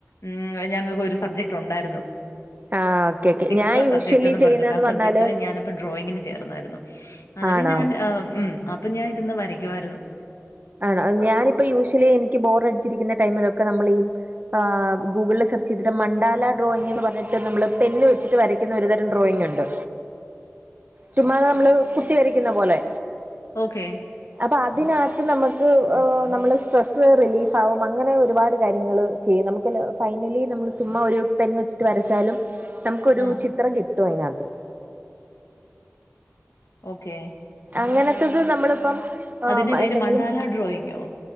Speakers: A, on the left (about 80°); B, on the right (about 35°).
A: ഉം അത് ഞങ്ങൾക്ക് ഒരു സബ്ജക്ട് ഉണ്ടായിരുന്നു.
B: ആ ഓക്കെ ഓക്കെ
A: എക്സ്ട്രാ
B: ഞാൻ യൂഷ്വലി
A: സബ്ജക്റ്റ്ന്നും
B: ചെയ്യുന്നന്ന്
A: പറഞ്ഞോണ്ട് ആ
B: പറഞ്ഞാല്
A: സബ്ജക്ടിന് ഞാനപ്പൊ ഡ്രോയിങ്ങിന് ചേർന്നാരുന്നു. എന്നിട്ട്
B: ആണോ
A: ഞാൻ ആം ഉം അപ്പൊ ഞാൻ ഇരുന്ന് വരയ്ക്കുആയിരുന്നു.
B: ആണോ ഞാനിപ്പോ യൂഷ്വലി എനിക്ക് ബോർ അടിച്ചിരിക്കുന്ന ടൈമിലൊക്കെ നമ്മള് ഈ ആ ഗൂഗിളില് സെർചെയ്തിട്ട് മണ്ടാല ഡ്രോയിങ് എന്ന് പറഞ്ഞിട്ട് നമ്മള് പെനന് വെച്ചിട്ട് വരക്കുന്ന ഒരുതരം ഡ്രോയിങ് ഉണ്ട്. ചുമ്മാത നമ്മള് കുത്തി വരക്കുന്ന പോലെ.
A: ഓക്കേ
B: അപ്പൊ അതിനക നമ്മക്ക് നമ്മള് സ്ട്രെസ്സ് റിലീസ് ആകും അങ്ങനെ ഒരുപാട് കാര്യങ്ങള് ചെയ്യും നമുക്കല്ല ഫൈനലി നമ്മള് ചുമ്മാ ഒരു പെൻ വെച്ചിട്ട് വരച്ചാലും നമുക്കൊരു
A: ആഹ്
B: ചിത്രം കിട്ടും അതിനകത്ത്.
A: ഓക്കേ
B: അങ്ങനത്തത് നമ്മളിപ്പം ആഹ്
A: അതിന്റെ പേര്
B: എന്തെങ്കിലും
A: മണ്ടാല ഡ്രോയിങ്ങോ?